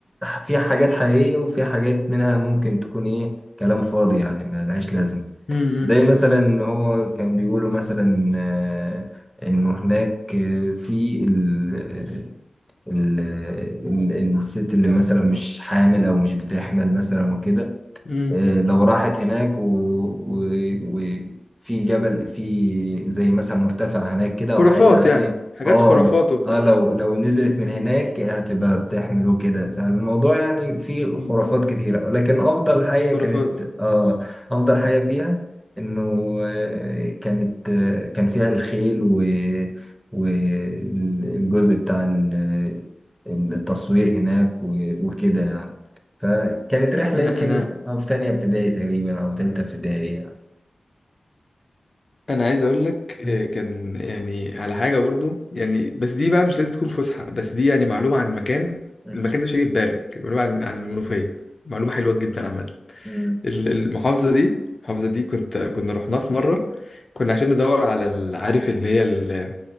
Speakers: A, in the centre; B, on the left (about 50°).
A: فيها حاجات حقيقية وفيها حاجات منها ممكن تكون ايه كلام فاضي يعني ما لهاش لازمة
B: مم.
A: زي
B: مم.
A: مثلا
B: مم.
A: ان هو كان بيقولوا مثلا آه، انه هناك آه، في ال آه، ال آه، ال- الست اللي مثلا مش حامل او مش بتحمل مثلا وكده
B: مم.
A: آه، لو راحت هناك و... و... وفي جبل في زي مثلا مرتفع هناك كده او
B: خرافات
A: حي عالي
B: يعني حاجات
A: اه
B: خرافات وبتاع
A: اه لو لو نزلت
B: مم.
A: من
B: مم.
A: هناك هتبقى بتحمل وكده فالموضوع يعني فيه
B: مم.
A: خرافات
B: مم.
A: كتيرة ولكن افضل حاجة
B: خرافات
A: كانت
B: آه.
A: اه افضل حاجة فيها انه آه، كانت آه، كان فيها الخيل و والجزء بتاع ال- التصوير هناك و- وكده يعني كانت رحلة
B: أنا
A: يمكن
B: أنا
A: في تانية ابتدائي تقريبا أو تالتة ابتدائي يعني.
B: انا عايز اقول لك آه،
A: مم.
B: كان يعني على حاجه برضو يعني بس دي بقى مش لازم تكون فسحه بس دي يعني معلومه عن المكان
A: مم.
B: المكان ده مش هيجي في بالك معلومه عن عن المنوفيه معلومه حلوه جدا عامه
A: مم.
B: ال- المحافظه دي المحافظه دي كنت كنا رحناها في مره كنا عشان ندور على ال- عارف اللي هي ال-